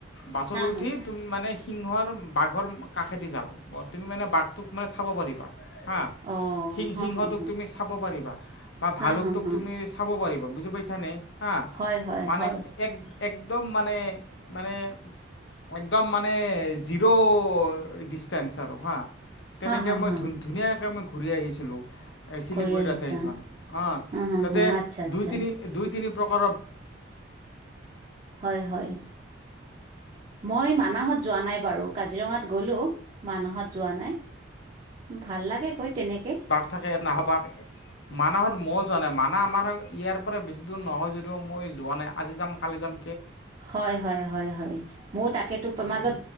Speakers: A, on the left; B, on the right.
A: বাছত
B: হা
A: উঠি
B: হা
A: ত মানে সিংহৰ বাঘৰ কাষেদি যাম তুমি মানে বাঘটোক মানে চাব পাৰিবা হা
B: অ
A: সি
B: হা
A: সিংহটোক
B: হা হা
A: তুমি চাব পাৰিবা বা
B: হা
A: ভালুকতোক
B: হা হা
A: তুমি চাব পাৰিবা বুজি পাইছানে হা
B: হয় হয়
A: মানে
B: হয়
A: এক একদম মানে মানে, একদম মানে মানে জিৰো ডিচটেন্স আৰু হা, তেনেকে
B: হা হা
A: মই
B: হা
A: ধুন ধুনীয়াকে মই ঘূৰি আহিছিলোঁ। এই চিলিগুৰিত
B: কৰি আহিছা
A: আছে এইখন, অ
B: হা হা
A: তাতে
B: হা আচ্ছা আচ্ছা
A: দুই তিনি দুই তিনি প্ৰকাৰৰ
B: হয় হয়। মই মানাহত যোৱা নাই বাৰু কাজিৰঙাত গ'লো মানাহত যোৱা নাই। ভাল লাগে গৈ। তেনেকে
A: বাঘ থাকে <unintelligible> নাহবঘ মানাহত ময়ো যোৱা নাই মানাহ আমাৰ ইয়াৰ পৰা বেছি দূৰ নহয় যদিও, মই যোৱা নাই, আজি যাম, কালি যাম
B: হয়, হয়, হয়, হয়, ময়ো তাকেতো,
A: ওচৰ
B: মাজত